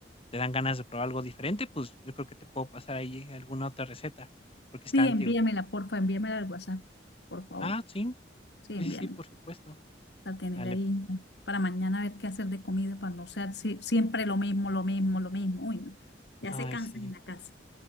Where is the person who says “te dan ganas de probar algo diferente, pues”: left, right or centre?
Left